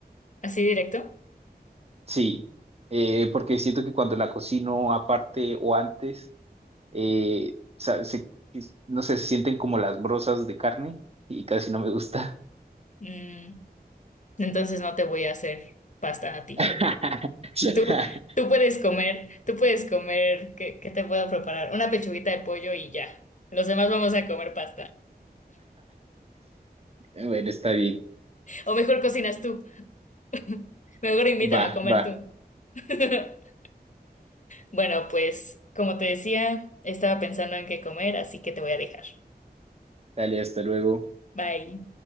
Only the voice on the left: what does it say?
Así directo.
Mm, entonces no te voy a hacer pasta a ti.
Tú, tú puedes comer, tú puedes comer, ¿qué, qué te puedo preparar? Una pechuguita de pollo y ya. Los demás vamos a comer pasta.
O mejor cocinas tú. <laughs> Mejor invítame
a comer
tú. <laughs> Bueno, pues como te decía, estaba pensando en qué comer, así que te voy a dejar.
Bye.